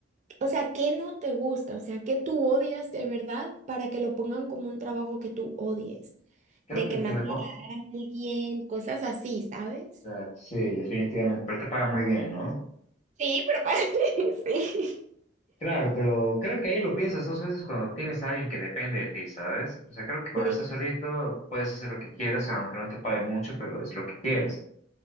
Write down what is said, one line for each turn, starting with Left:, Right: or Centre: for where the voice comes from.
Right: O sea, ¿qué no te gusta? O sea, ¿qué tú odias de verdad para que lo pongan como un trabajo que tú odies?
Left: Creo
Right: De
Left: que,
Right: que matar
Left: que me... pon- o
Right: a alguien, cosas así, ¿sabes?
Left: sea, Sí, definitivamente, pero te paga muy bien, ¿no?
Right: Sí, pero parece, <laughs> sí.
Left: Claro, pero creo que ahí lo piensas dos veces cuando tienes a alguien que depende de ti, ¿sabes? O sea, creo que cuando
Right: Sí,
Left: estás solito puedes hacer lo que quieras, aunque no te pague mucho, pero es lo que quieres.